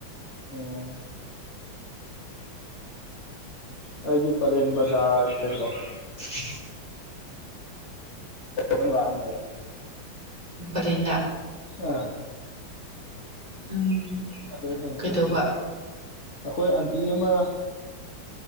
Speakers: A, on the left (about 35°); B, on the right (about 20°).
A: ꯎꯝ ꯑꯩꯗꯤ
B: ꯣ
A: ꯄꯂꯦꯟ ꯕꯖꯥꯔ ꯂꯩꯕꯗꯣ ꯗꯪ ꯂꯥꯛꯑꯝꯃꯦꯕ
B: ꯏꯗꯤꯅ
A: ꯑꯥ
B: ꯎꯝ
A: ꯑꯗꯩ ꯍ
B: ꯀꯩꯗꯧꯕ
A: ꯆꯠꯇꯔꯤ ꯑꯩꯈꯣꯏ ꯑ ꯇꯤ ꯑꯃ